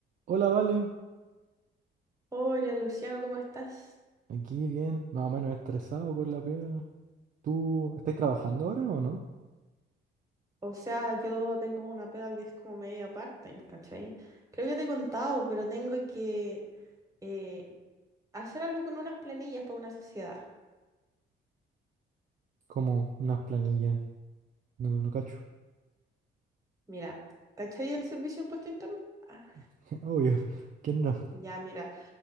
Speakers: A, on the right; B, on the right.
A: Hola, Vale.
B: Hola Luciano, ¿cómo estás?
A: Aquí bien, más o menos estresado con la pega. ¿Tú estás trabajando ahora o no?
B: O sea, yo tengo una pega que es como media part-time, ¿cachai? Creo que te he contado, pero tengo que eh, hacer algo con unas planillas para una sociedad.
A: Como unas planillas. No, no, no cacho.
B: Mira, ¿cachai el servicio de impuesto interno? Ah,
A: <laughs> Obvio. ¿Quién no?
B: ya, mira.